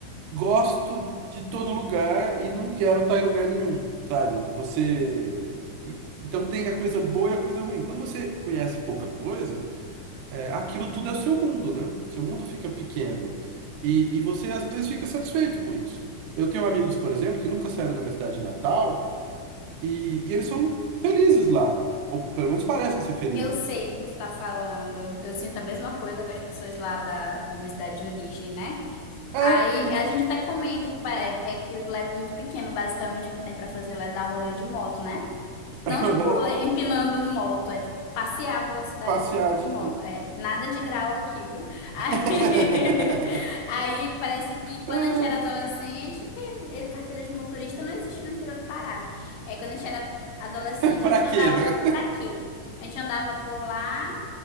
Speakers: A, on the right; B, on the left.
A: gosto de todo lugar e não quero estar em lugar nenhum, sabe? Você. e- Então tem a coisa boa e a coisa ruim. Quando você conhece pouca coisa. É, aquilo tudo é seu mundo, né? Seu mundo fica pequeno. E, e você, às vezes, fica satisfeito com isso. Eu tenho amigos, por exemplo, que nunca saíram da minha cidade natal e, e eles são felizes lá. Ou pelo menos parecem ser felizes.
B: Eu sei do que tu tá falando. Eu sinto a mesma coisa com as pessoas lá da, da minha cidade de origem, né?
A: É,
B: Aí
A: porque.
B: a gente até comenta que pa- é, é que lá é muito pequeno, basicamente o que tem pra fazer lá é dar rolê de moto, né? Não,
A: <laughs> Aham,
B: tipo, é, empinando um moto, é tipo passear pela cidade
A: Passear
B: mesmo de
A: de.
B: moto.
A: de-
B: É, nada de grau aqui, viu? Aí,
A: <laughs>
B: <laughs> aí parece que quando
A: Ah,
B: a gente era adolescente, porque é, carteira de motorista não existe no interior do Pará, né? É, quando a gente era adolescente,
A: Pra
B: a gente andava
A: quê, né?
B: pra quê? A gente andava por lá